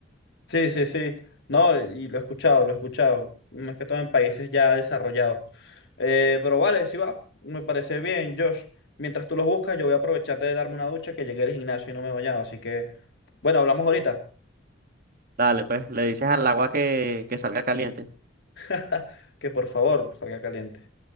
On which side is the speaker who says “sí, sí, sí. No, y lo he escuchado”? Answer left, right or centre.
Left